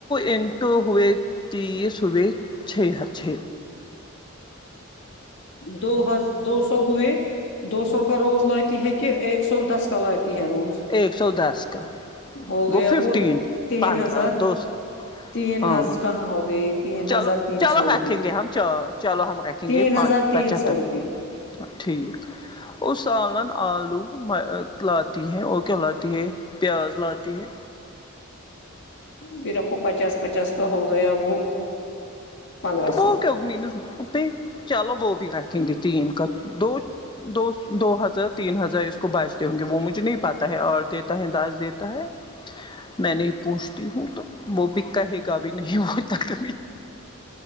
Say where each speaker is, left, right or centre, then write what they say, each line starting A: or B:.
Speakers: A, on the left; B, on the left.
A: انٹو ہوئے تیس ہوئے چھ چھ
B: دو ہز دو سو ہوئے دو سو کا روز لاتی ہے کہ ایک سو دس کا لاتی ہے روز
A: ایک سو دس کا
B: ہو گیا
A: گو ففٹین
B: وہ تین
A: پندرہ
B: ہزار
A: دوسو
B: تین
A: ہاں
B: ہز کہاں ہو گئے تین
A: چلو
B: ہزار تین
A: چلو
B: سو روپئے
A: رکھیں گے ہم چلو ہم رکھیں
B: تین
A: گےپچیاتر
B: ہزار تین سو روپئے
A: ٹھیک اس سالن آلو لاتی ہے اور کیالاتی ہے پیاز لاتی ہے
B: پھر آپکو پچاس پچاس کا ہو گیا وہ پندرہ
A: تو
B: سو
A: <unintelligible> چلو وہ بھی رکھیں گے تین کا دو دو دو ہزار تین ہزار اس کو بچتے ہوں گے وہ مجھے نہیں پتہ ہے آٹھ دیتا ہے دس دیتا ہے میں نہیں پوچھتی ہوں تو وہ بھی کہے گا بھی نہیں وہ تک